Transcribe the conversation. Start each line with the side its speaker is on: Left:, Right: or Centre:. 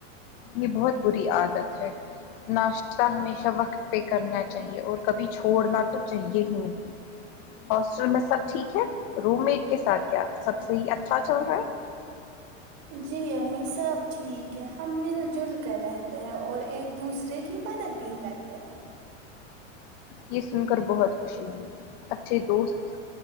Left: یہ بہت بری عادت ہے ناش حشہ ہمیشہ وقت پہ کرنا چاہیئے اور کبھی چھوڑنا تو چاہیے ہی نہیں ہاسٹل میں سب ٹھیک ہے روم میٹ کے ساتھ کیا سب سے ہی اچھا چل رہا ہے
Right: جی امی سب ٹھیک ہے ہم مل جل کر رہتے ہیں اور ایک دوسرے کی مدد بھی کرتے ہیں
Left: یہ سن کر بہت خوشی ہوئی اچھے دوست